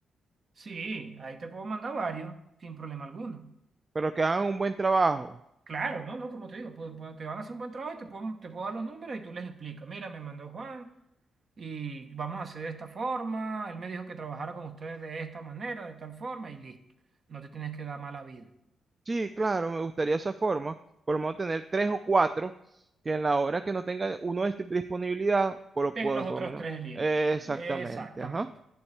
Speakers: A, on the right; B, on the right.
A: sí, ahí te puedo mandar varios, sin problema alguno.
B: pero que hagan un buen trabajo.
A: Claro, no, no, como te digo, pu- pu- te van a hacer un buen trabajo y te puedo, te puedo dar los números y tú les explicas, mira, me mandó Juan y vamos a hacer de esta forma, él me dijo que trabajara con ustedes de esta manera, de tal forma y listo, no te tienes que dar mala vida.
B: Sí, claro, me gustaría esa forma. Por lo menos tener tres o cuatro que en la hora que no tenga uno de disponibilidad, por lo,
A: Ten
B: por,
A: los otros
B: por lo menos.
A: tres libres,
B: eh, Exactamente,
A: exactamente.
B: ajá.